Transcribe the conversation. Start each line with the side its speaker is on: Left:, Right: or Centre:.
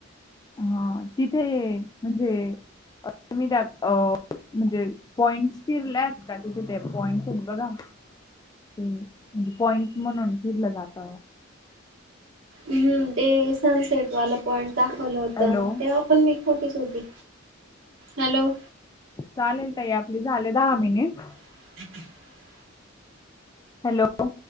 Left: हा तिथे म्हणजे तुम्ही त्या अ म्हणजे पॉइंट्स फिरला आहेत का? तिथे ते पॉइंट्स आहेत बघा. ते म्हणजे पॉइंट म्हणून फिरलं जात.
Right: हम्म ते सनसेट वालं पॉईंट दाखवलं होत.
Left: हॅलो
Right: तेव्हा पण मी छोटीच होते. हॅलो
Left: चालेल ताई आपली झाले दहा मिनिट.
Right: <inaudible>
Left: हॅलो.